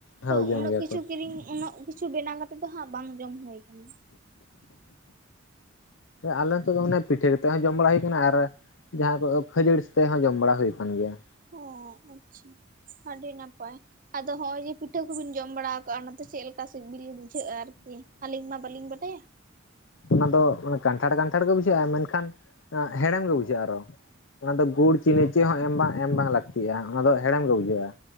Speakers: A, on the left (about 75°); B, on the right (about 45°).
A: ᱦᱳᱭ
B: ᱛᱚ
A: ᱡᱚᱢ
B: ᱩᱱᱟᱹᱜ
A: ᱜᱮᱭᱟ
B: ᱠᱤᱪᱷᱩ
A: ᱠᱚ
B: ᱠᱤᱨᱤᱧ ᱩᱱᱟᱹᱜ ᱠᱤᱪᱷᱩ ᱵᱮᱱᱟᱣ ᱠᱟᱛᱮᱜ ᱫᱚ ᱦᱟᱸᱜ ᱵᱟᱝ ᱡᱚᱢ ᱦᱩᱭ ᱟᱠᱟᱱᱟ᱾
A: ᱟᱞᱮ ᱚᱱᱛᱮ ᱫᱚ ᱢᱟᱱᱮ ᱯᱤᱴᱷᱟᱹ ᱠᱟᱛᱮᱫ ᱦᱚᱸ ᱡᱚᱢ ᱵᱟᱲᱟ ᱦᱩᱭᱠᱟᱱᱟ ᱟᱨ ᱡᱟᱦᱟᱸ ᱠᱚ ᱠᱷᱟᱹᱡᱟᱹᱲᱤ ᱥᱟᱛᱮᱜ ᱦᱚᱸ ᱡᱚᱢ ᱵᱟᱲᱟ ᱦᱩᱭ ᱟᱠᱟᱱ ᱜᱮᱭᱟ᱾
B: ᱚ ᱟᱪᱪᱷᱟ ᱟᱹᱰᱤ ᱱᱟᱯᱟᱭ᱾ ᱟᱫᱚ ᱦᱚᱜᱼᱚᱭ ᱡᱮ ᱯᱤᱴᱷᱟᱹ ᱠᱚᱵᱤᱱ ᱡᱚᱢ ᱵᱟᱲᱟ ᱟᱠᱟᱫᱟ ᱚᱱᱟᱛᱮ ᱪᱮᱫ ᱞᱮᱠᱟ ᱥᱤᱵᱤᱞ ᱵᱩᱡᱷᱟᱹᱜᱼᱟ ᱟᱨᱠᱤ ᱟᱹᱞᱤᱧ ᱢᱟ ᱵᱟᱹᱞᱤᱧ ᱵᱟᱰᱟᱭᱟ᱾
A: ᱚᱱᱟ ᱫᱚ ᱢᱟᱱᱮ ᱠᱟᱱᱴᱷᱟᱲ ᱠᱟᱱᱴᱷᱟᱲ ᱜᱮ ᱵᱩᱡᱷᱟᱹᱜᱼᱟ ᱢᱮᱱᱠᱷᱟᱱ ᱦᱮᱲᱮᱢ ᱜᱮ ᱵᱩᱡᱷᱟᱹᱜᱼᱟ ᱟᱨᱦᱚᱸ᱾ ᱚᱱᱟ ᱫᱚ ᱜᱩᱲ ᱪᱤᱱᱤ ᱪᱮᱫ ᱦᱚᱸ ᱮᱢ ᱵᱟᱝ ᱮᱢ ᱵᱟᱝ ᱞᱟᱹᱠᱛᱤᱜᱼᱟ ᱚᱱᱟ ᱫᱚ ᱦᱮᱲᱮᱢ ᱜᱮ ᱵᱩᱡᱷᱟᱹᱜᱼᱟ᱾